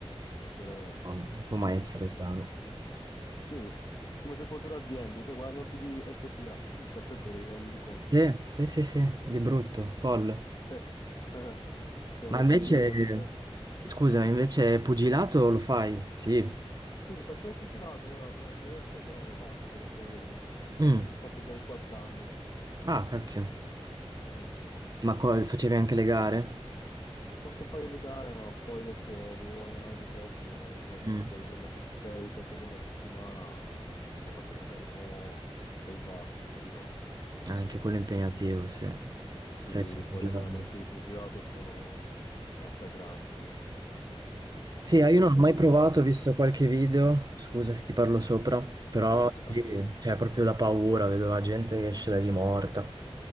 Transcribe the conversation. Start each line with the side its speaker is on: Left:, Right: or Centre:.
Left: veramente.
Right: No, non può mai
Left: Più-
Right: essere sano.
Left: Sì, come se fossero aziende, cioè guadagnano più di SPA, i calciatori, renditi conto.
Right: Sì, sì, sì, sì, di brutto, folle.
Left: Cioè, <laughs> cioè
Right: Ma
Left: l'SPA
Right: invece,
Left: con 200.
Right: scusa, invece pugilato lo fai? Sì.
Left: Sì, facevo pugilato, ora poi ho smesso, però l'ho fatto per un periodo.
Right: Mm.
Left: L'ho fatto per quattro anni.
Right: Ah, cacchio.
Left: Mm, mm. mm.
Right: Ma co- facevi anche le gare?
Left: Ho fatto un paio di gare, ma poi dopo dovevo allenarmi troppo, cioè
Right: Mm.
Left: se- sei giorni a se- sei, sette giorni a settimana non ce la facevo, cioè no, lo sbatti, capito?
Right: Anche quello impegnativo, sì. Sei
Left: Sì,
Right: sette
Left: poi
Right: giorni.
Left: gli allenamenti di pugilato sono massacranti,
Right: Sì,
Left: uno
Right: io
Left: sport
Right: non ho mai
Left: abbastanza...
Right: provato, ho visto qualche video, scusa se ti parlo sopra, però
Left: No, sta tranquillo.
Right: sì, cioè proprio da paura, vedo la gente che esce da lì morta.